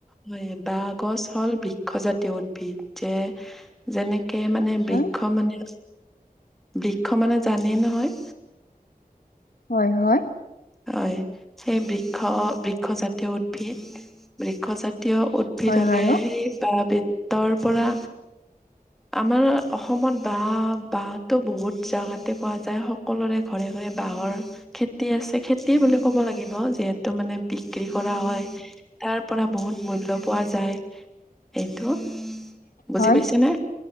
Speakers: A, in the centre; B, on the left (about 70°).
A: হয় বা গছ হ'ল বৃক্ষজাতীয় উদ্ভিদ যে যেনেক যেনে কে মানে বৃক্ষ
B: হয়
A: মানে বৃক্ষ মানে জানেই নহয়?
B: হয়, হয়।
A: হয়, সেই বৃক্ষ বৃক্ষজাতিয় উদ্ভিদ বৃক্ষজাতীয় এয়া উদ্ভিদ
B: হয়
A: হ'লে
B: বাৰু
A: সেই বাহ, বেতৰ পৰা আমাৰ অসমত বাহহ বাহতো বহুত জেগাতে পোৱা যায়, সকলোৰে ঘৰে বাহৰ খেতি আছে খেতি বুলি ক'ব লাগিব। যিহেতু মানে বিক্ৰী কৰা হয়, তাৰ পৰা বহুত মূল্য পোৱা যায়। টো বুজি
B: হয়
A: পাইছে নে